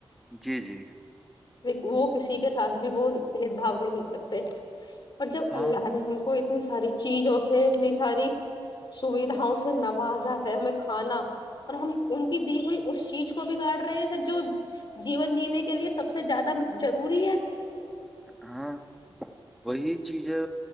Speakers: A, in the centre; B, on the left (about 50°).
A: جی جی
B: وہ کسی کے ساتھ بھی وہ بھید بھاؤ نہیں کرتے پر جب
A: ہاں
B: اللہ نے ہم کو اتنی ساری چیزوں سے اتنی ساری سوھاوں سے نوازا ہے ہمیں کھانا اور ہم ان کی دی ہوئی اس چیز کو بگاڑ رہے ہیں جو جیون جینے کے لیے سب سے زیادہ جروری ہے
A: ہاں وہی چیزیں